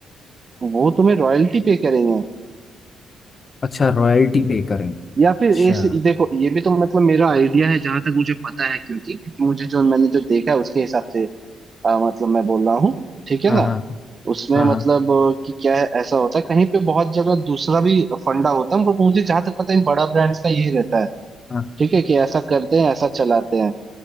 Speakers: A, on the right; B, on the left.
A: वो तुम्हें रॉयल्टी पे करेंगे
B: अच्छा रॉयल्टी पे करें अच्छा
A: या फिर इस देखो ये भी तो मतलब मेरा आइडिया है जहां तक मुझे पता है क्योंकि क्योंकि मुझे जो मैंने जो देखा है उसके हिसाब से अ, मतलब मैं बोल रहा हूँ ठीक है
B: हाँ
A: ना
B: हाँ
A: उसमें
B: हाँ
A: मतलब
B: हाँ
A: अ, कि क्या है ऐसा होता है कहीं पे बहुत जगह दूसरा भी फंडा होता है पर मुझे जहां तक पता है इन बड़ा ब्रांड्स का यही रहता है
B: हाँ
A: ठीक है कि ऐसा करते हैं ऐसा चलाते हैं